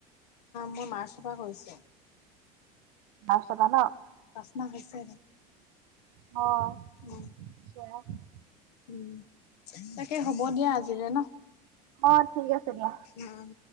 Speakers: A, on the left; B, on the right.
A: মই মাৰ্চৰ পৰা কৰিছোঁ।
B: মাৰ্চৰ পৰা ন?
A: পাচঁ মাহ হৈছে।
B: অ'।
A: উম'।
B: <unintelligible>
A: উম, তাকে হব দিয়া আজিলে ন?
B: অ', ঠিক আছে দিয়া।
A: উম'।